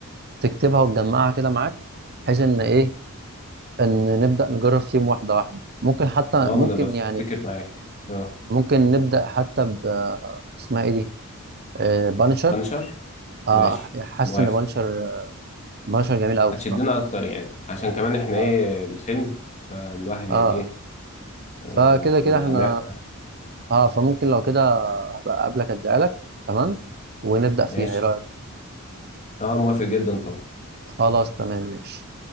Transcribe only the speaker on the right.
تكتبها وتجمعها كده معاك بحيث ان ايه ان نبدا نجرب فيهم واحده واحده ممكن حتى
ممكن
يعني
ممكن نبدا حتى ب اسمها ايه دي آه بانشر
اه
حاسس
ان بانشر بانشر جميل قوي
الصراحه
اه
اه
فكده كده
احنا
اه فممكن لو كده هبقى قبلك اديها لك تمام ونبدأ فيها
ايه رأيك
خلاص تمام ماشي